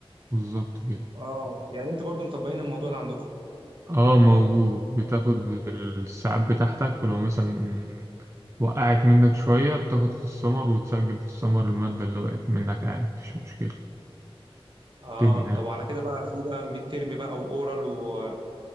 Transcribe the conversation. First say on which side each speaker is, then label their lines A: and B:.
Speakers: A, on the right; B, on the right.
A: بالظبط كده
B: اه يعني انتوا برضو مطبقين الموضوع ده عندكم
A: اه موجود بتاخد الساعات بتاعتك ولو مثلا وقعت منك شوية بتاخد في السمر وتسجل في السمر المادة اللي وقعت منك عادي مفيش مشكلة
B: اه
A: الدنيا يعني
B: طب وعلى كده بقى في بقى ميد تيرم بقى واورال و...